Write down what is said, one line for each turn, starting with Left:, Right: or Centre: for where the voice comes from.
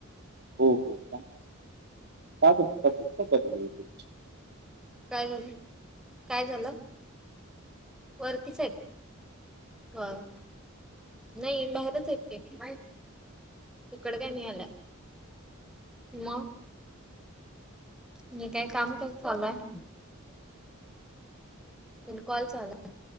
Right: हो-हो का, का बर तब्येत का बरी नाही तुमची.
Centre: काय झालं, काय झालं. वरतीच आहेत, होय. नाही. बाहेरच आहेत की. इकडं काय नाही आलं. मग मी काय काम कसं चालू आहे. पण कॉल चालाय,